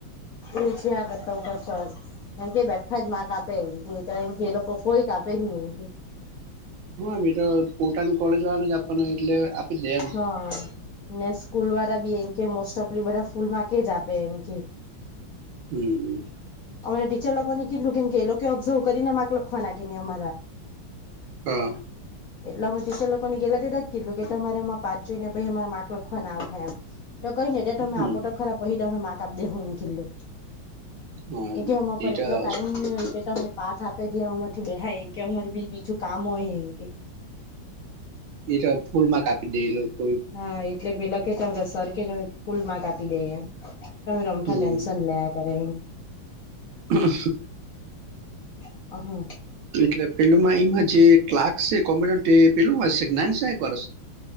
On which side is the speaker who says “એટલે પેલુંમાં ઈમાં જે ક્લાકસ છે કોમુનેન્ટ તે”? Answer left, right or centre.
Right